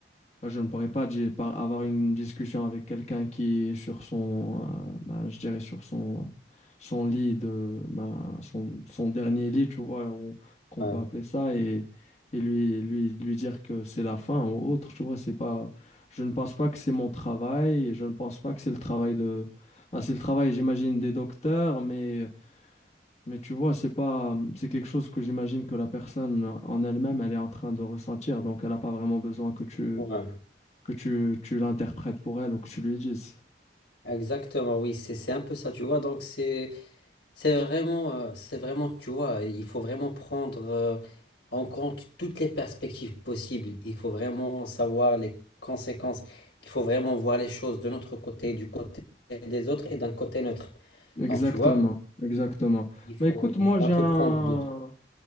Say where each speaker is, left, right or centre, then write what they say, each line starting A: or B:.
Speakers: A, on the left; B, on the left.
A: Bah, je ne pourrais pas di- par- avoir une discussion avec quelqu'un qui est sur son, euh, bah, je dirais sur son, son lit de, bah, son, son dernier lit, tu vois, ou- qu'on
B: Ouais,
A: peut appeler ça, et, et lui, lui, lui dire que c'est la fin ou autre, tu vois, c'est pas, je ne pense pas que c'est mon travail, et je ne pense pas que c'est le travail de, bah, c'est le travail, j'imagine, des docteurs, mais, mais tu vois, c'est pas, c'est quelque chose que j'imagine que la personne en elle-même, elle est en train de ressentir, donc elle n'a pas vraiment besoin que tu
B: ouais.
A: que tu, tu l'interprètes pour elle ou que tu lui dises.
B: Exactement, oui, c'est c'est un peu ça, tu vois. Donc, c'est. C'est vraiment, euh, c'est vraiment, tu vois, il faut vraiment prendre euh, en compte toutes les perspectives possibles. Il faut vraiment savoir les conséquences. Il faut vraiment voir les choses de notre côté, du côté des autres et d'un côté neutre.
A: Exactement,
B: Donc, tu vois,
A: exactement.
B: il faut,
A: Bah écoute,
B: il
A: moi
B: faut
A: j'ai
B: un peu
A: un
B: prendre de tout.